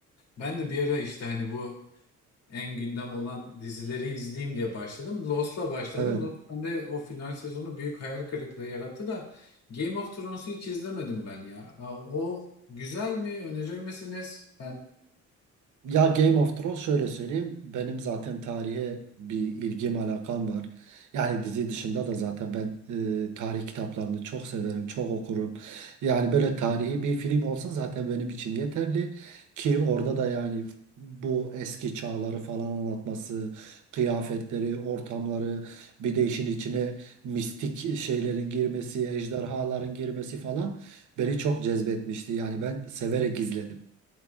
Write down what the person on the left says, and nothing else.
Ben de bir ara işte hani bu en gündem olan dizileri izleyeyim diye başladım. Lost'la başladım.
Lost bende o final sezonu büyük hayal kırıklığı yarattı da Game of Thrones'u hiç izlemedim ben ya. Aa, O güzel mi? Önerir misiniz? Ben